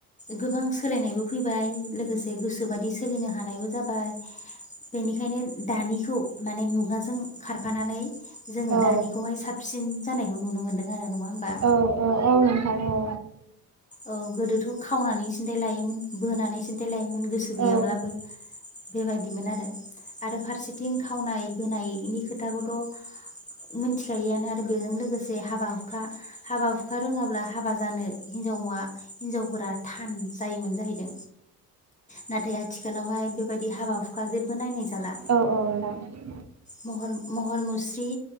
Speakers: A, on the left (about 15°); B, on the right (about 35°).
A: गोबां सोलायनायबो फैबाय लोगोसे गोसोबादि सोलिनो हानायबो जाबाय बेनिखायनो दानिखौ माने मुगाजों खारफानानै जोङो
B: औ
A: दानिखौहाय साबसिन जानाय नुनो मोनदों आरो नङा होमबा
B: औ औ ओ औ नोंथां औ
A: औ गोदोथ' खावनानै सिन्थाय लायोमोन बोनानै सिन्थाय लायोमोन गोसो गैयाब्लाबो
B: औ
A: बेबायदिमोन आरो आरो फार सेथिं खावनाय बोनायनि बे खोथाखौथ' मोनथिखायोआनो आरो बेजों लोगोसे हाबा हुखा हाबा हुखा रोङाब्ला हाबा जानो हिनजावा हिनजावफोरा थान जायोमोन जाहैदों नाथाय आथिखालावहाय बेबायदि हाबा हुखा जेब्बो नायनाय जाला
B: औ ओं नोंथां
A: महर महर मुस्रि